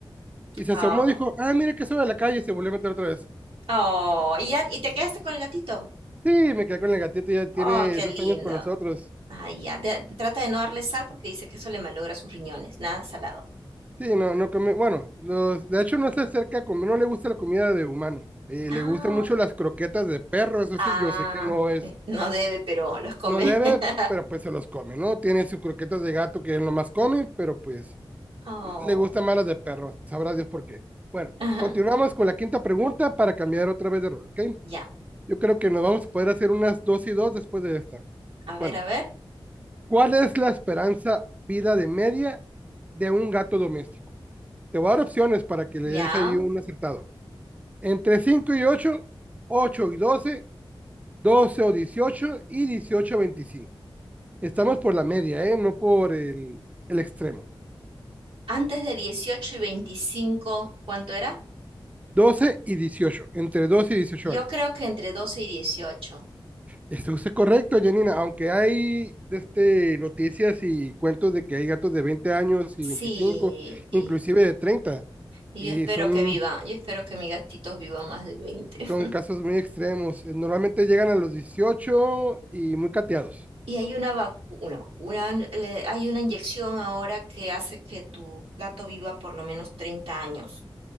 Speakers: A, on the right; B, on the right.
A: Y se
B: Oh,
A: asomó, dijo, ah, mira que sube a la calle, y se volvió a meter otra vez.
B: oh. ¿Y, ya, y te quedaste con el gatito?
A: Sí, me quedé con el gatito, ya tiene
B: Oh, qué
A: dos
B: lindo.
A: años con nosotros.
B: Ay, ya. de- trata de no darle sal porque dice que eso le malogra sus riñones. Nada salado.
A: Sí, no, no come, bueno, los- de hecho no se acerca a comer, no le gusta la comida de humano. Eh,
B: Ah,
A: le gustan mucho las croquetas de perro, eso
B: ah.
A: sí, yo sé que no es,
B: eh, No debe, pero los come.
A: no debe,
B: <laughs>
A: pero pues se los come, ¿no? Tiene sus croquetas de gato que él nomás come, pero pues
B: Oh.
A: le gustan más las de perro, sabrá Dios por qué. Bueno,
B: <laughs>
A: continuamos con la quinta pregunta para cambiar otra vez de rol, ¿ok?
B: Ya.
A: Yo creo que nos vamos a poder hacer unas dos y dos después de esta.
B: A ver,
A: Bueno,
B: a ver.
A: ¿Cuál es la esperanza vida de media de un gato doméstico? Te voy a dar opciones para que le
B: Ya.
A: des ahí un acertado. Entre 5 y 8, 8 y 12, 12 o 18 y 18 a 25. Estamos por la media, ¿eh? No por el, el extremo.
B: Antes de 18 y 25 ¿cuánto era?
A: 12 y 18, entre 12 y 18
B: Yo
A: años.
B: creo que entre doce y dieciocho
A: Esto es correcto, Janina, aunque hay este, noticias y cuentos de que hay gatos de 20 años
B: Sí,
A: y 25,
B: y-
A: inclusive de 30
B: Y
A: y
B: yo espero
A: son
B: que viva, yo espero que mis gatitos vivan más de veinte
A: Sí,
B: <laughs>
A: Son casos muy extremos. Eh, Normalmente llegan a los 18 y muy cateados.
B: Y hay una vacu- una vacuna, le- hay una inyección ahora que hace que tu gato viva por lo menos 30 años.